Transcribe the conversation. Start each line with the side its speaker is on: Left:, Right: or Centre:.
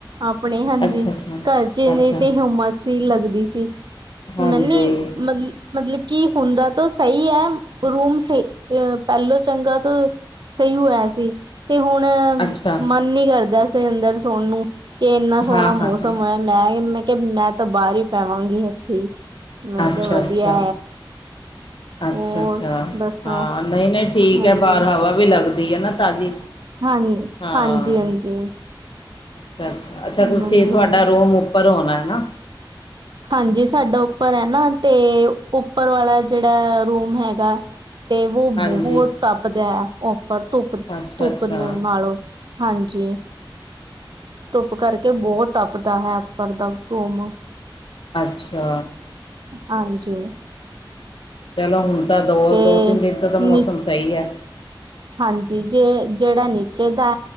Right: ਆਪਣੇ ਹਾਂਜੀ
Left: ਅੱਛਾ-ਅੱਛਾ,
Right: ਘਰ ਚ
Left: ਅੱਛਾ
Right: ਤੇ ਨੀ ਹੋਮਸ ਹੀ ਲੱਗਦੀ ਸੀ।
Left: ਹਾਂਜੀ
Right: ਨਹੀਂ ਮਤਲਬ। ਮਤਲਬ ਕਿ ਹੁੰਦਾ ਤਾਂ ਸਹੀ ਐ ਰੂਮ ਸਈ ਅਹ ਪਹਿਲੋਂ ਚੰਗਾ ਤੋਂ ਸਹੀ ਹੋਇਆ ਸੀ। ਤੇ ਹੁਣ
Left: ਅੱਛਾ
Right: ਮਨ ਨੀ ਕਰਦਾ ਸੀ ਅੰਦਰ ਸੌਣ ਨੂੰ ਕਿ ਇੰਨਾ ਸੋਹਣਾ
Left: ਹਾਂ-ਹਾਂ-ਹਾਂ,
Right: ਮੌਸਮ ਐ। ਮੈਂ ਮੈਂ ਕਿਹਾ ਮੈਂ ਤਾਂ ਬਾਹਰ ਹੀ ਪਵਾਂਗੀ ਇੱਥੇ ਈ ਮੈਂ
Left: ਅੱਛਾ-ਅੱਛਾ,
Right: ਕਿਹਾ ਵਧੀਆ
Left: ਅੱਛਾ-ਅੱਛਾ,
Right: ਹੋਰ ਦੱਸੋ
Left: ਹਾਂ ਨਹੀਂ-ਨਹੀਂ ਠੀਕ
Right: ਹਾਂਜੀ
Left: ਐ ਬਾਹਾਰ ਹਵਾ ਵੀ ਲੱਗਦੀ ਨਾ ਤਾਜ਼ੀ।
Right: ਹਾਂਜੀ-ਹਾਂਜੀ
Left: ਹਾਂ
Right: ਹਾਂਜੀ,
Left: ਅੱਛਾ-ਅੱਛਾ, ਅੱਛਾ
Right: ਵਧੀਆ।
Left: ਤੁਸੀਂ ਤੁਹਾਡਾ ਰੂਮ ਉੱਪਰ ਹੋਣਾ ਨਾ।
Right: ਹਾਂਜੀ, ਸਾਡਾ ਉੱਪਰ ਐ ਨਾ ਤੇ ਉੱਪਰ ਵਾਲਾ ਜਿਹੜਾ ਰੂਮ ਹੈਗਾ। ਤੇ ਵੋ
Left: ਹਾਂਜੀ
Right: ਬਹੁਤ ਤਪਦਾ ਧੁੱਪ
Left: ਅੱਛਾ-ਅੱਛਾ
Right: ਧੁੱਪ ਨਾਲੋਂ ਹਾਂਜੀ ਧੁੱਪ ਕਰਕੇ। ਬਹੁਤ ਤਪਦਾ ਹਾਂ ਉੱਪਰ ਦਾ ਰੂਮ।
Left: ਅੱਛਾ,
Right: ਹਾਂਜੀ,
Left: ਚਲੋ ਹੁਣ ਤਾਂ ਦੋ-ਦੋ
Right: ਤੇ
Left: ਤਿੰਨ ਦਿਨ ਤੋਂ ਤਾਂ ਮੌਸਮ
Right: ਨੀ
Left: ਸਹੀ ਆ।
Right: ਹਾਂਜੀ, ਜੇ ਜਿਹੜਾ ਨੀਚੇ ਦਾ